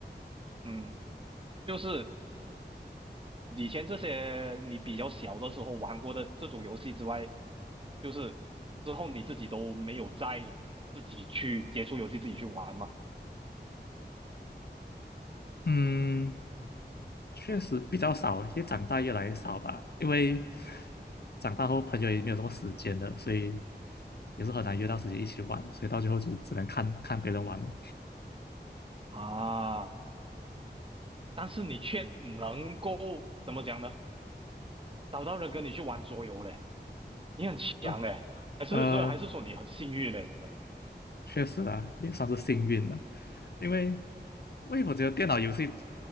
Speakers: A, on the right (about 30°); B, on the left (about 65°).
A: 嗯，就是。以前这些你比较小的时候玩过的这种游戏之外，就是之后你自己都没有再自己去接触游戏，自己去玩嘛。
B: 嗯，确实比较少，因为长大越来越少吧。因为长大后朋友也没有什么时间了，所以也是很难约到时间一起玩，所以到最后就只能看看别人玩哦。
A: 啊，但是你却能够怎么讲呢？找到人跟你去玩桌游嘞，你很强嘞，
B: 呃
A: 还是说还是说你很幸运嘞？
B: 呃，
A: 真的，
B: 确实啊，也算是幸运了，因为因为我觉得电脑游戏